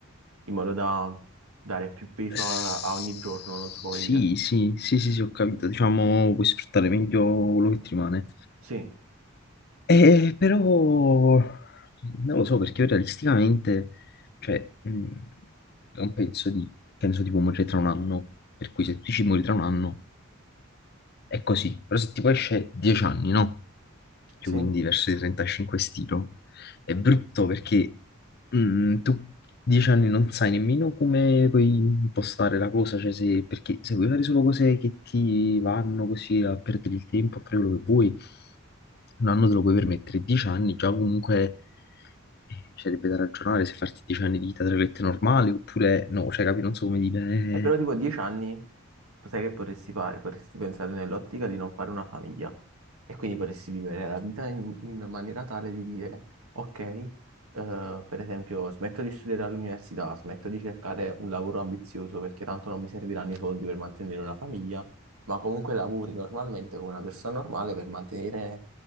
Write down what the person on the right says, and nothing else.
in modo da dare più peso
a, a ogni giorno, non so come
dire.
Sì,
sì.
E però
tipo a dieci anni, sai che potresti fare? Potresti pensare nell'ottica di non fare una famiglia e quindi potresti vivere la vita in, in maniera tale di dire, ok, eh, per esempio, smetto di studiare all'università, smetto di cercare un lavoro ambizioso perché tanto non mi serviranno i soldi per mantenere una famiglia, ma comunque lavori normalmente come una persona normale per mantenere,